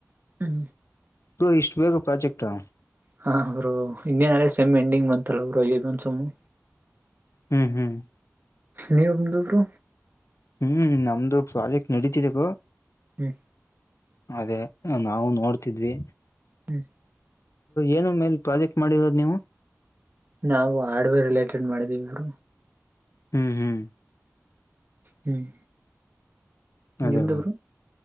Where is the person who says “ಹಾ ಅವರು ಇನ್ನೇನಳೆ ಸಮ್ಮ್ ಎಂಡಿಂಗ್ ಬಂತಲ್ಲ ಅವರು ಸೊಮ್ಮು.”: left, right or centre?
Right